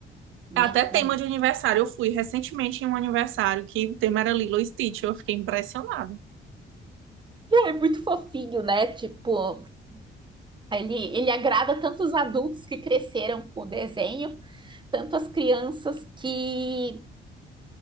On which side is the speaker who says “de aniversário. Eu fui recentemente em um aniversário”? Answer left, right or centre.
Right